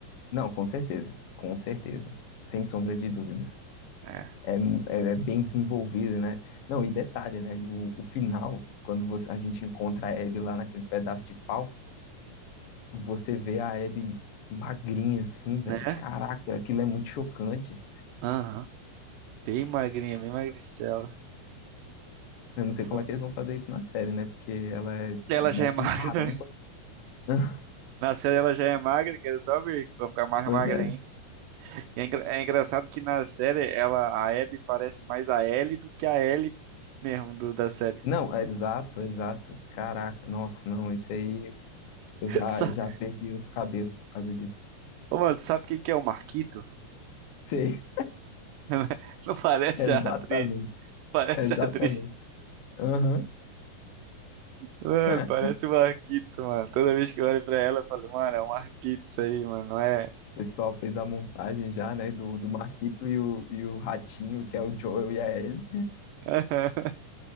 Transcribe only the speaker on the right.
É.
Né?
Aham. Bem magrinha, bem magricela.
Pô,
ela
já é magra.
<laughs>
Na série ela já é magra, quero só ver que vai ficar mais
magra
ainda. E é, engra- é engraçado que na série ela, a Abby parece mais a Ellie do que a Ellie mesmo do, da série.
<laughs>
Tu sa-
Ô, mano, tu sabe quem que é o Marquito?
<laughs> Não parece
a atriz. <laughs> Parece
a atriz.
Mano,
parece um Marquito, mano. Toda vez que eu olho pra ela, eu falo, mano, é um Marquito isso aí, mano, não é?
<laughs>